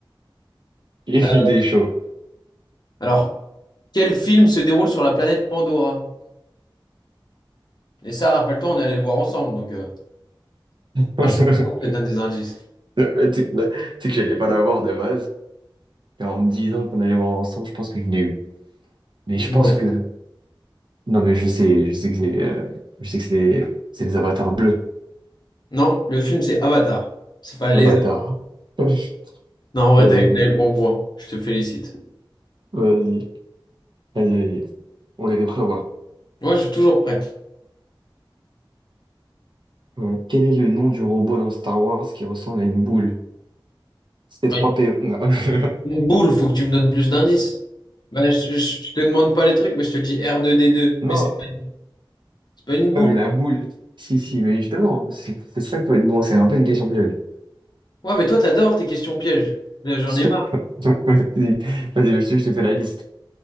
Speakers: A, on the right; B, on the left.
A: <laughs> Il
B: Euh,
A: est chaud.
B: Alors, quel film se déroule sur la planète Pandora? Et ça, rappelle-toi, on est allé le voir ensemble, donc... euh,
A: <laughs>
B: ah, je te donne des indices.
A: Ouais, Tu sais que, là- tu sais que j'allais pas l'avoir de base. Et en me disant qu'on allait voir ensemble, je pense que je l'ai eu. Mais
B: Dis-moi.
A: je pense que. Non, mais je sais, je sais que c'est euh, je sais que c'est les, c'est les avatars bleus.
B: Non, le film, c'est Avatar. C'est pas les...
A: Avatar. <laughs>
B: Non, en vrai,
A: Vas-y,
B: t'as eu, t'as eu le bon point. Je te félicite.
A: vas-y, allez, allez. On les revoit.
B: Moi, je suis toujours prêt.
A: Euh, quel est le nom du robot dans Star Wars qui ressemble à une boule? C3PO.
B: Ouais,
A: Non. <laughs>
B: Une boule, faut que tu me donnes plus d'indices. Bah, je, je- je te demande pas les trucs, mais je te dis R2D2.
A: Non,
B: Mais c'est pas une, c'est pas une
A: non,
B: boule.
A: mais la boule. Si, si, mais justement, c'est c'est ça qu'il faut être bon. C'est un peu une question piège.
B: Ouais, mais toi, t'adores tes questions pièges. Là, J'en
A: <laughs>
B: ai marre.
A: Vas-y, vas-y, monsieur, je te fais la liste.